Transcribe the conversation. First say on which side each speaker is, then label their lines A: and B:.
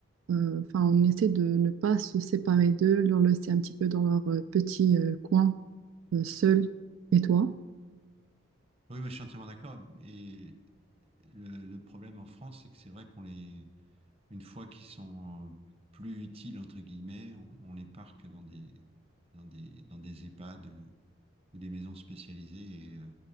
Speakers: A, on the right (about 75°); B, on the right (about 30°).
A: Euh, Enfin, on essaie de ne pas se séparer d'eux, leur laisser un petit peu dans leur euh, petit euh, coin, euh, seul. Et toi?
B: Oui, moi, je suis entièrement d'accord. Et le, le problème en France, c'est que c'est vrai qu'on les, une fois qu'ils sont plus utiles, entre guillemets, on, on les parque dans des, dans des, dans des EHPAD euh, ou des maisons spécialisées et, euh,